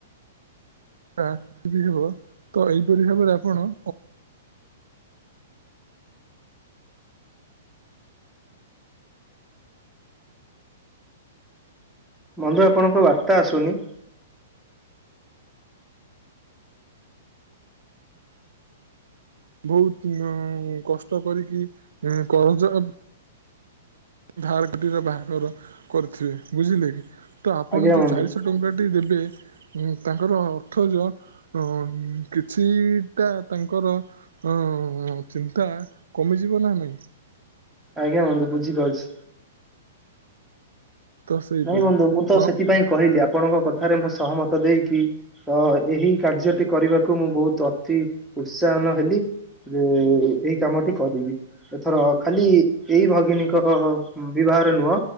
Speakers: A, on the right (about 65°); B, in the centre.
A: <unintelligible> ତ ଏହିପରି ଭାବରେ ଆପଣ
B: ବନ୍ଧୁ, ଆପଣଙ୍କ ବାର୍ତ୍ତା ଆସୁନି?
A: ବହୁତ କଷ୍ଟ କରିକି କହୁଚ ଧାର କରି ବାହାଘର କରିଥିବେ, ବୁଝିଲେ କି? ତ ଆପଣ
B: ଆଜ୍ଞା
A: ଯୋଉ
B: ବନ୍ଧୁ
A: ଚାରିଶ ଦଶ ଟଙ୍କାଟି ଦେବେ, ତାଙ୍କର ଅର୍ଥ ଯ ହଁ, କିଛିଟା ତାଙ୍କର ହଁ, ଚିନ୍ତା କମିଯିବ ନା ନାଇଁ?
B: ଆଜ୍ଞା ବନ୍ଧୁ, ବୁଝିପାରୁଚି।
A: ତ ସେଇପରି
B: ନାଇଁ ବନ୍ଧୁ ମୁଁ ତ
A: ହଁ
B: ସେଥିପାଇଁ କହିଲି, ଆପଣଙ୍କ କଥାରେ ମୁଁ ସହମତ ଦେଇକି ତ ଏହି କାର୍ଯ୍ୟଟି କରିବାକୁ ମୁଁ ବହୁତ ଅତି ଉତ୍ସାହନ ହେଲି। ଯେ, ଏଇ କାମଟି କରିବି। ଏଥର ଖାଲି ଏଇ ଭଗିନୀଙ୍କ ବିବାହରେ ନୁହଁ,